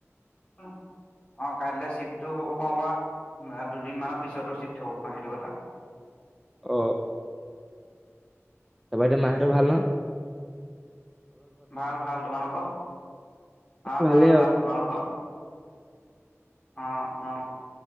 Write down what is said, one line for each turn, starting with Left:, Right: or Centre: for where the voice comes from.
Left: অ অ কাইলৈ চিফ্টটো হব পাও বা দুদিন মানৰ পিছতো চিফ্ট হব পাওঁ সেইটো কথা <inaudible>
Centre: অ তপা এতিয়া মাহতৰ ভাল ন
Left: ভাল ভাল তোমালোকৰ অ
Centre: ভালেই
Left: ভাল
Centre: আৰু
Left: ভাল তোমালোকৰ অ অ